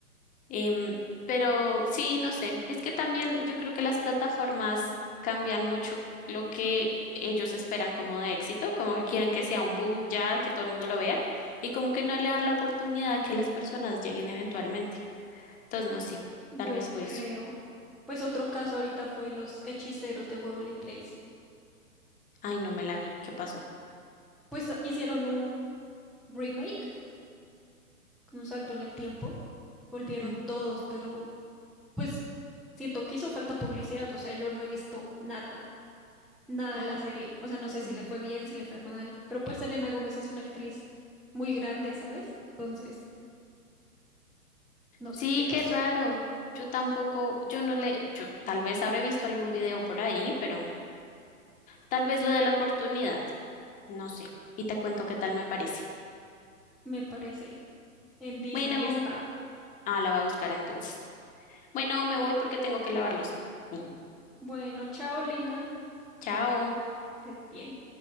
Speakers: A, on the left (about 15°); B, in the centre.
A: Em, pero sí, no sé, es que también yo creo que las plataformas cambian mucho lo que ellos esperan como de éxito, como que quieren que sea un boom ya, que todo el mundo lo vea, y como que no le dan la oportunidad a que las personas lleguen eventualmente. Entonces, no sé,
B: yo
A: tal vez fue
B: creo.
A: eso.
B: Pues otro caso ahorita fue Los Hechiceros de Waverly Place.
A: Ay, no me la vi, ¿qué pasó?
B: Pues ah, hicieron un remake, con un salto en el tiempo. Volvieron
A: Ujú.
B: todos, pero pues siento que hizo falta publicidad, o sea, yo no he visto nada. nada
A: ¡Ah!
B: en la serie. O sea, no sé si
A: Mm.
B: le fue bien, si le fue mal, pero pues Selena Gómez es una actriz muy grande, ¿sabes? Entonces, no sé
A: Sí,
B: qué pasó,
A: qué raro. Yo tampoco, yo no le, yo tal vez habré visto algún video por ahí, pero mm, tal vez lo de la oportunidad, no sé, y te cuento qué tal me parece.
B: me parece. En Disney
A: Bueno,
B: está.
A: ah, la voy a buscar entonces. Bueno, me voy porque tengo que lavar losa. <laughs>
B: Bueno, chao, Lina.
A: Chao.
B: Estés bien.